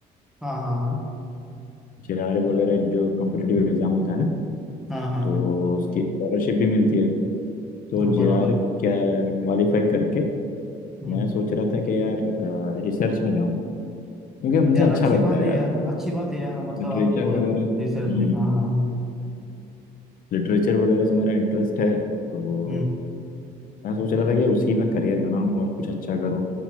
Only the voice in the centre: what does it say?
हाँ हाँ हाँ
हाँ हाँ
हाँ
हाँ
बराबर
हम्म
यार
अच्छी
बात
है
यार अच्छी बात है यार मतलब
आप
रिसर्च
में हाँ हाँ हाँ
हम्म